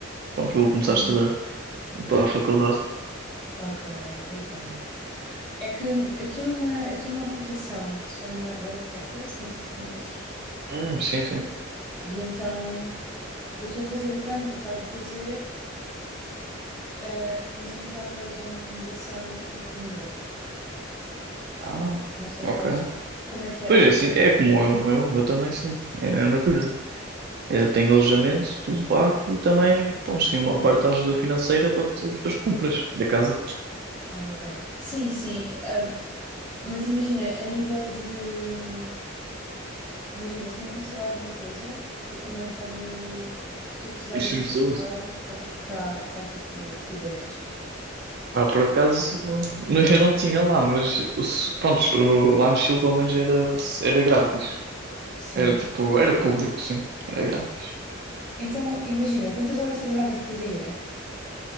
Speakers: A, on the right (about 50°); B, in the centre.
A: pronto, vou começar
B: Sim.
A: a estudar. Vou para a faculdade.
B: Ok, tudo bem. É que eu estou numa, eu estou numa aplicação que se chama World Packers, não sei se conheces.
A: Hum, sim, sim.
B: E então eu estou a fazer literalmente o que estás a fazer, eh, mas em troca eles dão uma acomodação e comida.
A: Ah,
B: Não sei
A: ok.
B: quais, como é que eram.
A: Pois é, assim, é como
B: Não,
A: eu, o meu, o meu também sim, é a mesma coisa. Eu tenho alojamento, tudo pago
B: sim,
A: e também, pô, tenho
B: comida.
A: uma parte da ajuda financeira para fazer tipo as compras da casa.
B: Ah, ok. Sim, sim. ah, mas imagina, a nível de. hum, Imagina, se me acontecer alguma coisa, eu também tenho. Se eu precisar
A: Deixa-me
B: de ir ao hospital,
A: saúde.
B: está tá, tá tá, tipo coberto.
A: Ah, por acaso, não- eu não tinha lá, mas o s- pronto, o- lá no Chile pelo menos era, era grátis.
B: Sim.
A: Era tipo, era público, sim, era grátis.
B: Então, imagina, quantas horas trabalhavas por dia?